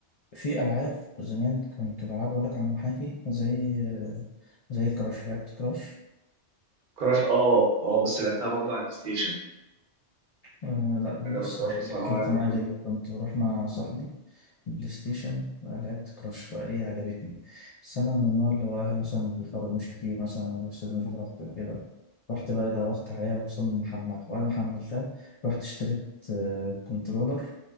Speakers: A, on the left; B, on the right.
A: في ألعاب زمان كنت بلعبها أقول لك على المحاكي زي آه، زي كراش لعبت كراش
B: كراش اه اه بس لعبتها برضه على البلاي ستيشن
A: آه لا دي
B: ما جربتهاش
A: بص الحك-
B: بصراحه
A: حكايتي
B: على اللابتوب
A: معايا غريبة كنت بروح مع صاحبي بلاي ستيشن آه، لعبت كراش فهي عجبتني بس أنا من النوع اللي هو أهلي مثلا ما بيخرجوش كتير مثلا لسه مش براحته وكده رحت بقى دورت عليها وصلنا محملها وأنا ما حملتها رحت اشتريت آه، كنترولر